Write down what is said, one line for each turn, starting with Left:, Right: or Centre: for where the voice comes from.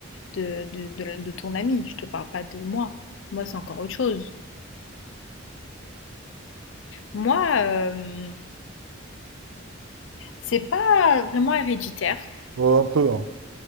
Left: de, de- de la- de ton ami. Je te parle pas de moi. Moi, c'est encore autre chose. Moi, euh, c'est pas vraiment héréditaire.
Right: Ouais, un peu, hein.